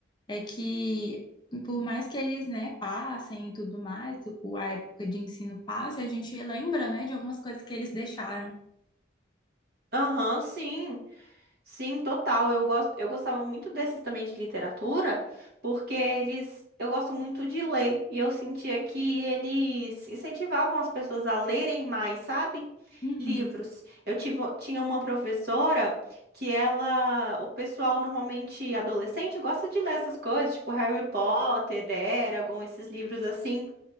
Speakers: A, on the left; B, on the right.
A: é que, por mais que eles, né, passem e tudo mais, o- a época de ensino passa, a gente lembra, né, de algumas coisas que eles deixaram.
B: Aham, sim. Sim, total. Eu gosto, eu gostava muito desses também de literatura, porque eles, eu gosto muito de ler e eu sentia que eles incentivavam as pessoas a lerem mais, sabe?
A: Uhum.
B: Livros. Eu tive, tinha uma professora que ela, o pessoal normalmente adolescente gosta de ler essas coisas, tipo Harry Potter, Eragon, esses livros assim.